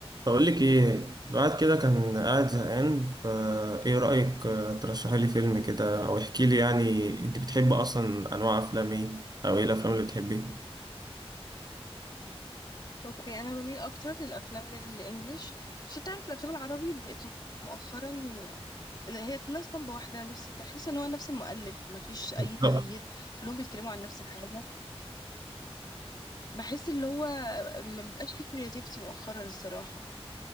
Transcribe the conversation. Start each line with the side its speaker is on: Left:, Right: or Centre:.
Right: بقول لك ايه الواحد كده كان قاعد زهقان فا ايه رأيك آه، ترشحي لي فيلم كده او احكي لي يعني انت بتحب اصلا انواع افلام ايه او ايه الافلام اللي بتحبيها
Left: اوكي انا بميل اكتر للافلام الانجليش عشان تعرف الافلام العربي بقت مؤخرا اللي هي كلها اسطمبة واحدة نفس تحس ان هو نفس المؤلف مفيش اي
Right: بالظبط
Left: تغيير كلهم بيتكلموا عن نفس الحاجة بحس اللي هو مبقاش فيه كرياتيفيتي مؤخرا الصراحة